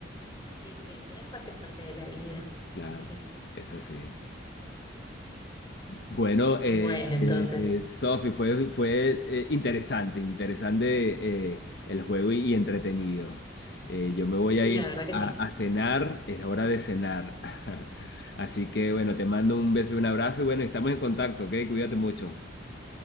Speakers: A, on the left; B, on the left.
A: Y sí, sí, las partes parte de la vida. Eso
B: Claro,
A: sí.
B: es así. Bueno, eh,
A: Bueno, entonces,
B: eh, Sofi, fue, fue eh, interesante, interesante eh, el juego y, y entretenido. Eh, yo me voy
A: la
B: a ir
A: verdad que
B: a,
A: sí.
B: a cenar, es hora de cenar. <laughs> Así que bueno, te mando un beso y un abrazo y bueno, estamos en contacto, ¿ok? Cuídate mucho.